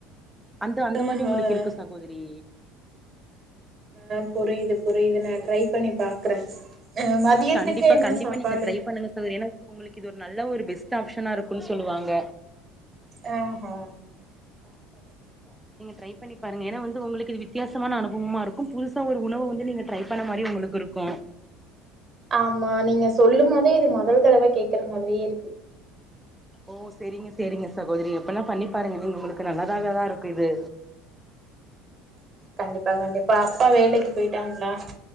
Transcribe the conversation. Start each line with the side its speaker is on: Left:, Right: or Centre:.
Centre: அந்த அந்த
Right: ஆஹ
Centre: மாரி ஒங்களுக்கு இருக்கு சகோதரி
Right: ஆ புரியுது புரியுது நா ட்ரை பண்ணி பாக்குறே அ மதியத்துக்கு
Centre: ஆ கண்டிப்பா
Right: என்ன
Centre: கண்டிப்பா
Right: சாப்பாடு
Centre: நீங்க ட்ரை பண்ணுங்க சகோதரி ஏனா உங்களுக்கு இது ஒரு நல்ல ஒரு பெஸ்ட் ஆப்ஷனா இருக்குன் சொல்லுவாங்க
Right: ஆ ஹா கண்டிப்பா கண்டிப்பா
Centre: நீங்க ட்ரை பண்ணி பாருங்க ஏனா வந்து ஒங்களுக்கு இது வித்தியாசமான அனுபவமா இருக்கு புதுசா ஒரு உணவ வந்து நீங்க ட்ரை பண்ண மாரியு ஒங்களுக் கிருக்கு
Right: ஆமா நீங்க சொல்லும் போதே இது மொதல் தடவ கேக்குற மாதிரியே இருக்கு
Centre: ஓ செரிங்க சேரிங்க சகோதரி அப்பனா பண்ணி பாருங்க நீங்க உங்களுக்கு நல்லதாவேதா இருக்கு இது
Right: கண்டிப்பா கண்டிப்பா அப்பா வேலைக்கு போயிட்டாங்ளா